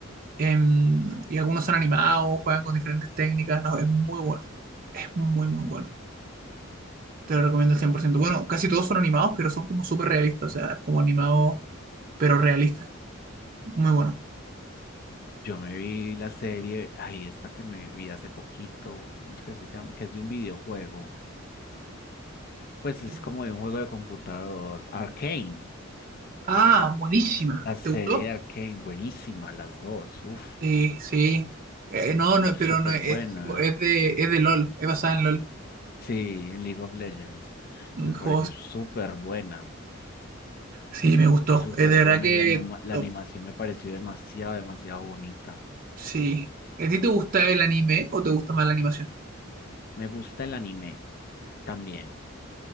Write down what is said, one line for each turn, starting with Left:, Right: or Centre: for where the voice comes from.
Right: em, y algunos son animados, juegan con diferentes técnicas, no, es muy bueno, es muy, muy bueno. Te lo recomiendo al 100%. Bueno, casi todos son animados, pero son como súper realistas, o sea, es como animado, pero realista. Muy bueno.
Left: Yo me vi la serie, ay, esta que me vi hace poquito, ¿cómo es que se llama? Que es de un videojuego. Pues
Right: ¿Te
Left: es
Right: gu-
Left: como de un juego de computador, Arcane.
Right: Ah, buenísima.
Left: La serie
Right: ¿Te gustó?
Left: de Arcane, buenísima, las dos, uf,
Right: Sí, sí. Eh, no, no,
Left: súper
Right: pero no es,
Left: buenas.
Right: sí, po, es de, es de LOL, es basada en LOL.
Left: Sí, en League of Legends.
Right: Un
Left: Y me
Right: juego-
Left: pareció súper buena,
Right: Sí, me gustó.
Left: súper
Right: Es de verdad
Left: buena.
Right: que
Left: Y la, anima- la
Right: top.
Left: animación me pareció demasiado, demasiado bonita.
Right: Sí. ¿A ti te gusta el anime o te gusta más la animación?
Left: Me gusta el anime también.